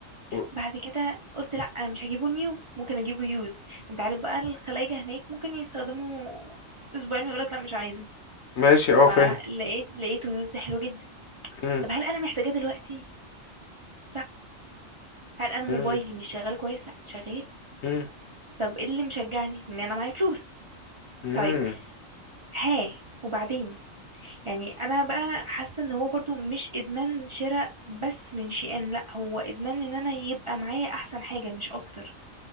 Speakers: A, on the left; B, on the right.
A: و-
B: بعد كده قلت لا انا مش هجيبه نيو ممكن اجيبه يوز انت عارف بقى الخلايجة هناك ممكن يستخدموا اسبوعين ويقولك لا مش عايزه
A: ماشي اه
B: فلقيت
A: فاهم
B: لقيته يوز ده حلو جدا
A: مم.
B: طب هل انا محتاجاه دلوقتي لا هل انا موبايلي
A: مم.
B: مش شغال كويس لا شغال
A: مم.
B: طب ايه اللي مشجعني ان انا معايا فلوس
A: مم.
B: طيب ها وبعدين يعني انا بقى حاسه ان هو برضو مش ادمان شراء بس من شيئان لا هو ادمان ان انا يبقى معايا احسن حاجه مش اكتر